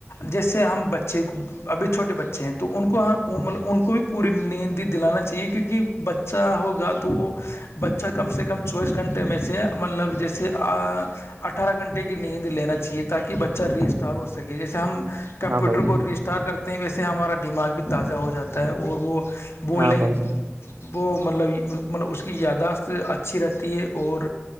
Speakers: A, on the left; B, on the right.
A: جیسے ہم بچے کو ابھی چھوٹے بچے ہیں تو ان کوطلب ان کو بھی پوری نیندی دلانا چاہیے کیونکہ بچہ ہوگا تو وہ بچہ کم سے کم چوائس گھنٹے میں سے مطلب جیسے اٹھارہ گھنٹے کی نیند لینا چاہیے تاکہ بچہ ری اسٹار ہو سکے جیسے ہم کمپیوٹر
B: ہاں بھائی جان
A: کو ری اسٹار ار کرتے ہیں ویسے ہمارا دماغ بھی تازہ ہو جاتا ہے اور وہ بولنے
B: ہاں بھائی جان
A: وہ مطلب مطلب اس کی یاداشت اچھی رہتی ہے اور